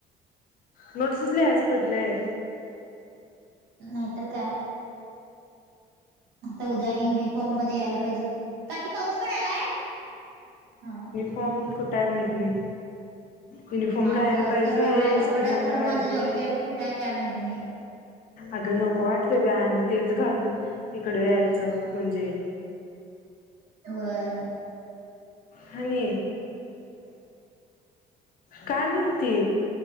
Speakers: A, on the left (about 55°); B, on the right (about 85°).
A: नोट्सच लिहायचं पडलंय.
B: नाहीतर काय. आता उदया आणि युनिफॉर्म मध्ये यायला पाहि- पाहिजे काकी पाऊस पडायलाय? हं
A: फॉर्मीग कुठाय माहीत नाही. युनिफॉर्म
B: माझा
A: घालायला पाहिजे,
B: तर हाय कपाटात
A: इस्त्री माराय
B: खरं
A: पाहिजे.
B: माझं जॉकेट कुठं आहे काय माहित नाही.
A: अगं नको वाटतं ग आणि तेच घालून इकडं यायचं म्हणजे.
B: व्हंय
A: हाणि
B: <unintelligible>
A: काय माहिती